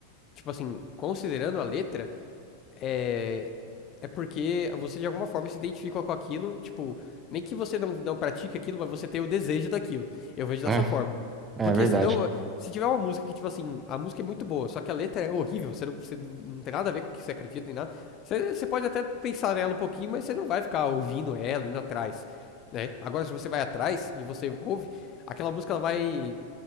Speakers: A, on the left (about 35°); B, on the right (about 15°).
A: tipo assim, considerando a letra, é, é porque você de alguma forma se identifica com aquilo, tipo, nem que você não, não pratique aquilo, mas você tem o desejo daquilo. Eu vejo dessa
B: né?
A: forma.
B: é
A: Porque
B: verdade.
A: se não, se tiver uma música que, tipo assim, a música é muito boa, só que a letra é horrível, você não, você não tem nada a ver com o que você acredita nem nada, você, você pode até pensar nela um pouquinho, mas você não vai ficar ouvindo ela, indo atrás, né? Agora, se você vai atrás e você ouve, aquela música ela vai